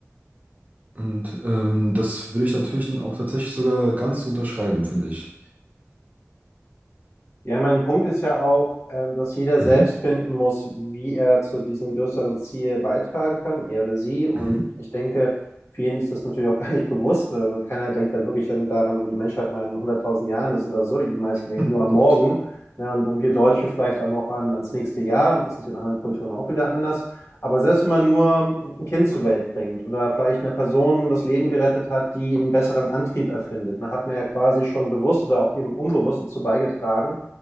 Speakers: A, on the right (about 30°); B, on the left (about 65°).
A: Und ähm, das würde ich natürlich dann auch tatsächlich sogar ganz unterschreiben, finde ich.
B: Ja, mein Punkt ist ja auch, ähm, dass jeder
A: Mhm,
B: selbst finden muss, wie er zu diesem größeren Ziel beitragen kann, er oder sie. Und
A: mhm,
B: ich denke, vielen ist das natürlich auch <laughs> gar nicht bewusst. Weil keiner denkt da wirklich dann daran, wo die Menschheit mal in 100.000 Jahren ist oder so. Die meisten denken
A: <laughs>
B: nur am Morgen. Ne? Und, und wir Deutschen vielleicht auch noch an, ans nächste Jahr. Und das ist in anderen Kulturen auch wieder anders. Aber selbst wenn man nur ein Kind zur Welt bringt oder vielleicht eine Person das Leben gerettet hat, die einen besseren Antrieb erfindet, dann hat man ja quasi schon bewusst oder auch eben unbewusst dazu beigetragen,